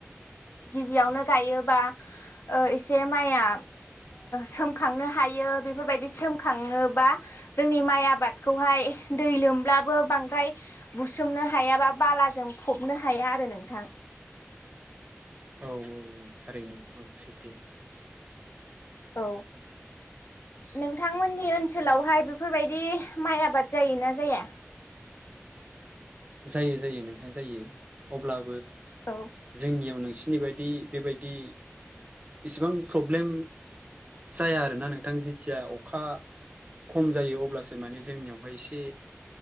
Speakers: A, on the left; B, on the right.
A: गिबियावनो गायोबा एसे माइआ सोमखांनो हायो बेफोरबायदि सोमखाङोबा जोंनि माइ आबादखौहाय दै लोमब्लाबो बांद्राय बुसोमनो हायाबा बालाजों फबनो हाया आरो नोंथां
B: औ औ औ थारैनो औ सैथो
A: औ नोंथांमोननि ओनसोलावहाय बेफोरबायदि माइ आबाद जायोना जाया?
B: जायो जायो नोंथां जायो अब्ला
A: औ
B: जोंनियाव नोंसि सिनि बायदि बेबायदि इसेबां प्रब्लेम जाया आरोना नोंथां जेथिया अखा खम जायो अब्लासो माने जोंनियावहाय एसे